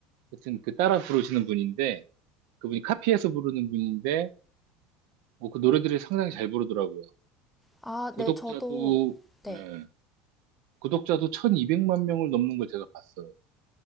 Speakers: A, on the right; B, in the centre.
A: 하여튼 그 따라 부르시는 분인데 그분이 카피해서 부르는 분인데 뭐 그 노래들을 상당히 잘 부르더라고요.
B: 아,
A: 구독자도
B: 네, 저도, 네.
A: 네, 구독자도 1200만 명을 넘는 걸 제가 봤어요.